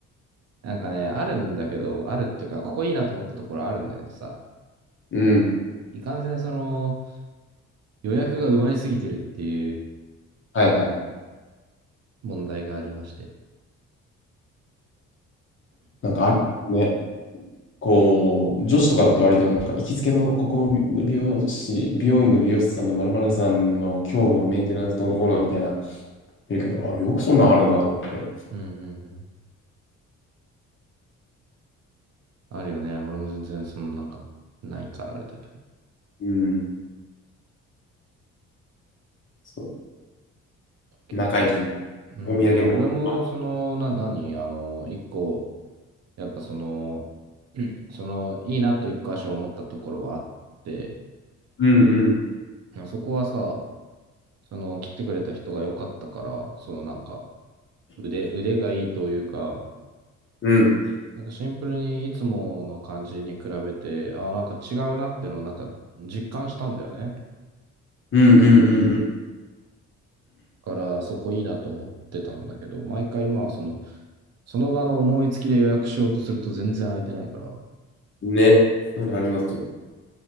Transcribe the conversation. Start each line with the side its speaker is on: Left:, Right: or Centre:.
Right: なんかね、あるんだけど、あるっていうか、ここいいなと思ったところあるんだけどさ、
Left: うん。
Right: いかんせん、その、予約が埋まりすぎてるっていう
Left: はいはい。
Right: 問題がありまして。
Left: なんかあるね。こう、女子とかだと割となんか行きつけのここの美容師、美容院の美容師さんのまるまるさんの今日のメンテナンスどうのこうのみたいな言うけど、あ、よくそんなんあるなと思って。
Right: うんうんうん。あるよね。俺も全然、その、なんか、ないからあれだけど。
Left: うん。そう。
Right: 結構、
Left: 仲良し
Right: うん。
Left: お土産持ってます。
Right: いや、俺も、その、な、何あの、一個、やっぱその、<clears throat> うんその、いいなと一箇所思ったところはあって、
Left: うんうん。
Right: そこはさ、その、切ってくれた人が良かったから、その、なんか、腕、腕がいいというか、
Left: うん。
Right: なんかシンプルにいつもの感じに比べて、ああ、なんか違うなっていうのをなんか実感したんだよね。
Left: うんうんうん
Right: だからそこいいなと思ってたんだけど、毎回まあその、その場の思いつきで予約しようとすると全然空いてないから、
Left: うん。<clears throat> ね。そういうのありますよ